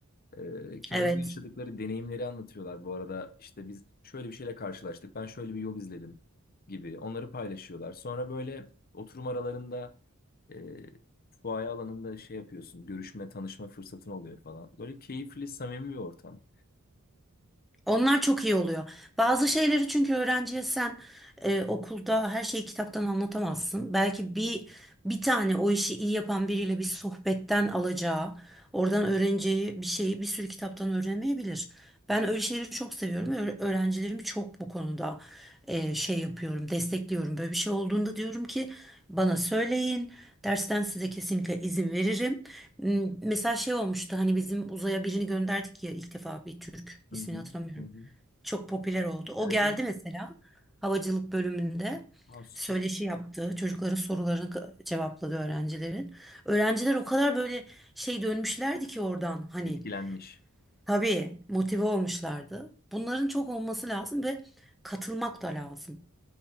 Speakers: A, on the left; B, in the centre.
A: E, kendi
B: Evet.
A: yaşadıkları deneyimleri anlatıyorlar bu arada. İşte biz şöyle bir şeyle karşılaştık, ben şöyle bir yol izledim gibi onları paylaşıyorlar. Sonra böyle oturum aralarında e, fuaye alanında şey yapıyorsun, görüşme, tanışma fırsatın oluyor falan. Böyle keyifli, samimi bir ortam.
B: Onlar çok iyi oluyor. Bazı şeyleri çünkü öğrenciye sen e, okulda her şeyi kitaptan anlatamazsın. Belki bir bir tane o işi iyi yapan biriyle bir sohbetten alacağı, oradan öğreneceği bir şeyi bir sürü kitaptan öğrenemeyebilir. Ben öyle şeyleri çok seviyorum. Öğre- Öğrencilerimi çok bu konuda e, şey yapıyorum, destekliyorum. Böyle bir şey olduğunda diyorum ki bana söyleyin. Dersten size kesinlikle izin veririm. M- Mesela şey olmuştu hani bizim uzaya birini gönderdik ya ilk defa bir Türk
A: Hı
B: ismini
A: hı,
B: hatırlamıyorum.
A: hı hı.
B: Çok popüler oldu. O
A: Evet,
B: geldi
A: evet.
B: mesela havacılık bölümünde
A: Ha, süper.
B: söyleşi yaptı. Çocukların sorularını k- cevapladı öğrencilerin. Öğrenciler o kadar böyle şey dönmüşlerdi ki oradan hani
A: Etkilenmiş.
B: tabii motive olmuşlardı. Bunların çok olması lazım ve katılmak da lazım.